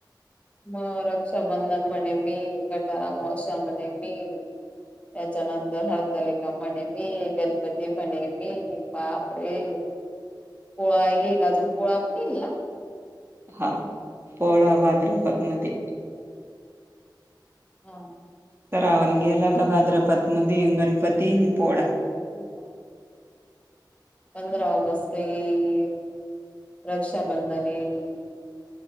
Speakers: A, on the left; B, on the right.
A: मग रक्षाबंधन म्हणे मी गटारा अमावस्या म्हणे मी त्याच्यानंतर हरतालिका म्हणे मी गणपती म्हणे मी बाप अरे पोळा येईल अजून पोळा पण येईल ना!
B: हा पोळा भाद्रपद मध्ये
A: हां
B: श्रावण गेला का भाद्रपद मध्ये गणपती आणि पोळा.
A: होका पंधरा ऑगस्ट येईल रक्षाबंधन येईल.